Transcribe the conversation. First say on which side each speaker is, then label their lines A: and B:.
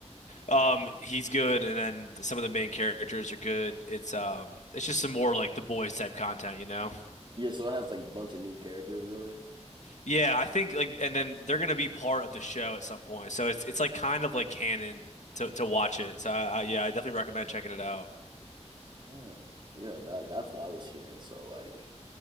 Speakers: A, on the left; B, on the right.
A: um he's good and then some of the main characters are good. It's um it's just some more like The Boys type content, you know?
B: Yeah, so it has like a bunch of new characters really.
A: Yeah, I think like, and then they're gonna be part of the show at some point. So it's it's like kind of like canon to to watch it. So I, I yeah, I definitely recommend checking it out.
B: All right. Yeah, that that's what I was hearing. So like,